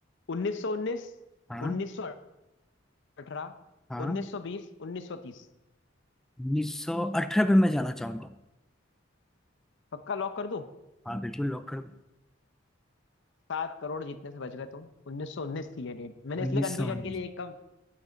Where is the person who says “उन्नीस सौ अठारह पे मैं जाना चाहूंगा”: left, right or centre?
Centre